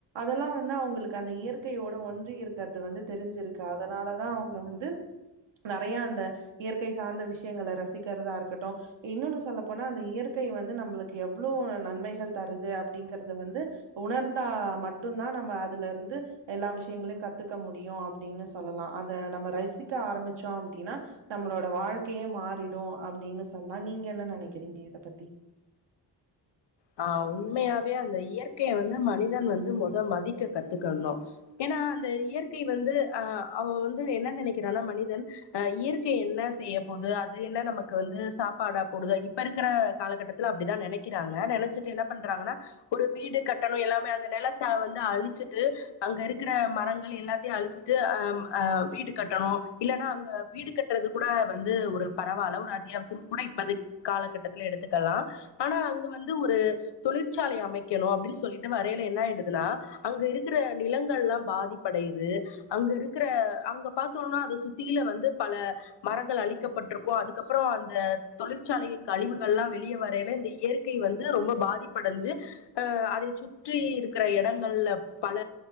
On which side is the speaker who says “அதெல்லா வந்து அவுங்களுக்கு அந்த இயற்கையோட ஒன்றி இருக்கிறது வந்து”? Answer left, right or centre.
Right